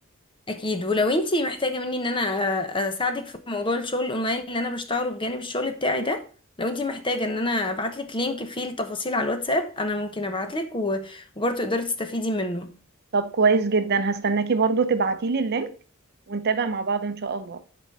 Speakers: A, on the left; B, on the right.
A: اكيد ولو انتي محتاجه مني ان انا أ- اساعدك في موضوع الشغل الاونلاين اللي انا بشتغله بجانب الشغل بتاعي ده لو انتي محتاجه ان انا ابعتلك لينك فيه التفاصيل على الواتساب انا ممكن ابعتلك و- وبرضه تقدري تستفيدي منه
B: طب كويس جدا هستناكي برضو تبعتيلي اللينك ونتابع مع بعض إن شاء الله